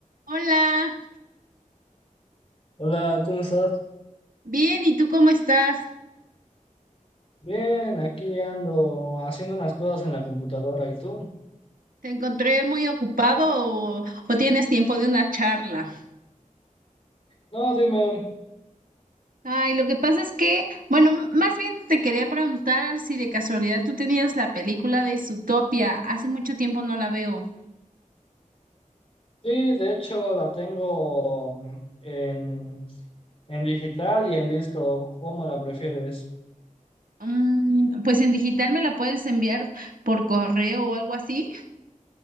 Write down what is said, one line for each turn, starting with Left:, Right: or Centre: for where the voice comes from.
Right: Hola,
Left: Hola, ¿cómo estás?
Right: bien, ¿y tú cómo estás?
Left: Bien, aquí ando haciendo unas cosas en la computadora. ¿Y tú?
Right: ¿Te encontré muy ocupado o, o tienes tiempo de una charla?
Left: No, dime.
Right: Ay, lo que pasa es que, bueno, m- más bien te quería preguntar si de casualidad tú tenías la película de Zootopia. Hace mucho tiempo no la veo.
Left: Sí, de hecho la tengo mm, en, en digital y en disco. ¿Cómo la prefieres?
Right: Mm, pues en digital me la puedes enviar por correo o algo así.